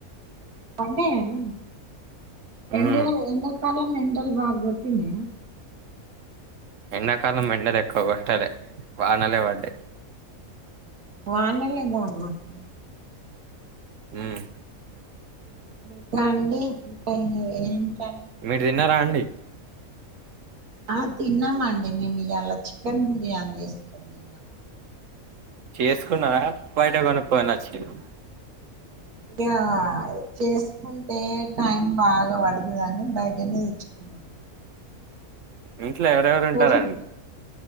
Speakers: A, on the right (about 85°); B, on the right (about 65°).
A: పడ్డాయ అండి
B: ఉమ్
A: ఎండలు ఎండాకాలం ఎం డలు బాగొడ్తున్నాయా
B: ఎండాకాలం ఎండలు ఎక్కువ కొట్టలే వానలే పడ్డాయి
A: వానలే <unintelligible>
B: మ్మ్
A: ఇంకా అండి ఇంకా ఏంటండి మీరేమన్న
B: మీరు తిన్నారా అండి
A: ఆ తిన్నామండి మేము ఇయాలా చికెన్ బిర్యానీ చేసుకొని తిన్నామండి
B: చేసుకున్నారా బయట కొనుక్కొని వచ్చిర్ర
A: ఇంకా చేసుకుంటే టైం బాగా పడుతదని బయటనే తెచ్చుకున్నాం మ్మ్
B: ఇంట్లో ఎవరెవరు ఉంటారండి
A: ఫిఫ్